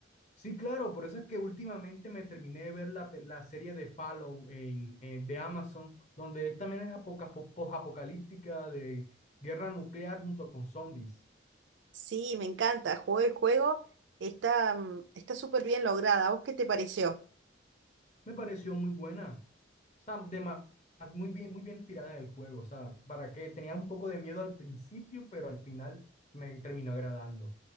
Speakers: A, on the left; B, on the right.
A: Sí, claro, por eso es que últimamente me terminé de ver la, pe- la serie de Fallout en, en- de Amazon, donde también es apoca- po- posapocalíptica de guerra nuclear junto con zombies.
B: Sí, me encanta, jugué el juego, está mm, está súper bien lograda. ¿A vos qué te pareció?
A: Me pareció muy buena. O sea, de ma- muy bien, muy bien inspirada en el juego. O sea, para que tenía un poco de miedo al principio, pero al final me terminó agradando.